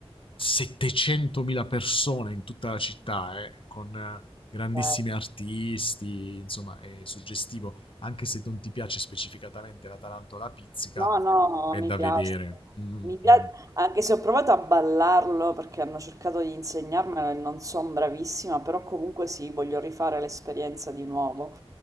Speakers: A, on the left (about 60°); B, on the right (about 35°).
A: 700.000 persone in tutta la città, eh, con eh, grandissimi
B: stata.
A: artisti, insomma è suggestivo, anche se non ti piace specificatamente la tarantola pizzica,
B: No, no,
A: è
B: mi
A: da
B: piace.
A: vedere. Mm,
B: Mi pia-
A: mm.
B: Anche se ho provato a ballarlo perché hanno cercato di insegnarmelo e non sono bravissima, però comunque sì, voglio rifare l'esperienza di nuovo.